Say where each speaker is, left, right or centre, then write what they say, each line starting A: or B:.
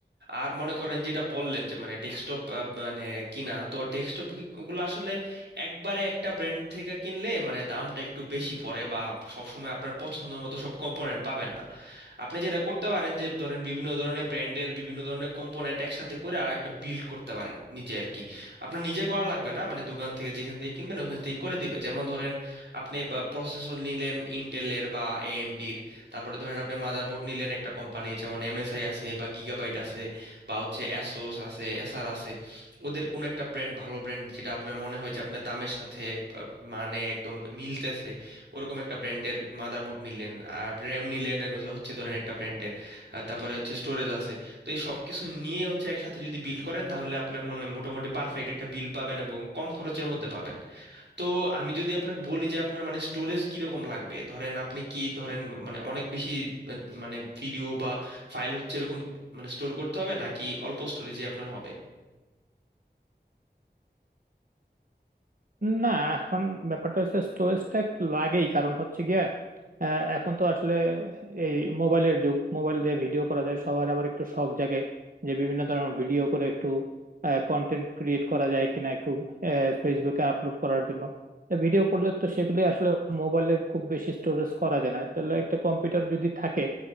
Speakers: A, on the right; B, on the right.
A: আর মনে করেন যেটা বললেন যে মানে ডেস্কটপ মানে কিনা তো ডেস্কটপ গুলো আসলে একবারে একটা ব্র্যান্ড থেকে কিনলে মানে দামটা একটু বেশি পড়ে বা সবসময় আপনার পছন্দ মতো সব কম্পোনেন্ট পাবেন না আপনি যেটা করতে পারেন যে ধরেন বিভিন্ন ধরনের ব্র্যান্ডের বিভিন্ন ধরনের কম্পোনেন্ট একসাথে করে আর একটা বিল্ড করতে পারেন নিচে আর কি আপনার নিজে করা লাগবে না মানে দোকান থেকে যেখান থেকে কিনবেন ওখান থেকে করে দিবে যেমন ধরেন আপনি প্রসেসর নিলেন ইন্টেলের বা এএমডির তারপরে ধরেন আপনি মাদারবোর্ড নিলেন একটা কোম্পানি যেমন এমএসআই আছে বা গিগাবাইট আছে বা হচ্ছে অ্যাসোস আছে এসার আছে ওদের কোনো একটা ব্র্যান্ড ভালো ব্র্যান্ড যেটা আপনার মনে হয় যে আপনার দামের সাথে আহ, মানে একদম মিলতেছে ওরকম একটা ব্র্যান্ডের মাদারবোর্ড নিলেন আর র্যাম নিলেন আর হচ্ছে হচ্ছে ধরেন একটা ব্র্যান্ডের তারপরে হচ্ছে স্টোরেজ আছে তো এই সব কিছু নিয়ে হচ্ছে একসাথে যদি বিল করেন তাহলে আপনার মনে মোটামুটি পারফেক্ট একটা বিল পাবেন এবং কম খরচের মধ্যে পাবেন তো আমি যদি আপনাকে বলি যে আপনার মানে স্টোরেজ কিরকম লাগবে ধরেন আপনি কি ধরেন মানে অনেক বেশি আহ, মানে ভিডিও বা ফাইল হচ্ছে এরকম মানে স্টোর করতে হবে নাকি অল্প স্টোরেজে আপনার হবে
B: না এখন ব্যাপারটা হচ্ছে স্টোরেজটা একটু লাগেই কারণ হচ্ছে গিয়ে আহ, এখন তো আসলে এই মোবাইলের যুগ মোবাইল দিয়ে ভিডিও করা যায় সবার আবার একটু শখ জাগে যে বিভিন্ন ধরনের ভিডিও করে একটু কন্টেন্ট ক্রিয়েট করা যায় কিনা একটু ফেসবুকে আপলোড করার জন্য ভিডিও করলে তো সেগুলি আসলে মোবাইলে খুব বেশি স্টোরেজ করা যায় না তাহলে একটা কম্পিউটার যদি থাকে